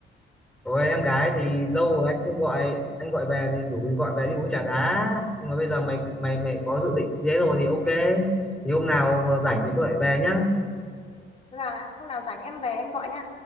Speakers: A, in the centre; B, on the left.
A: rồi em gái thì lâu rồi anh không gọi anh gọi về thì rủ mình gọi về đi uống trà đá nhưng mà bây giờ mày mày mày có dự định thế rồi thì ok thì hôm nào mà rảnh thì tôi lại về nhá
B: và hôm nào rảnh em về em gọi nha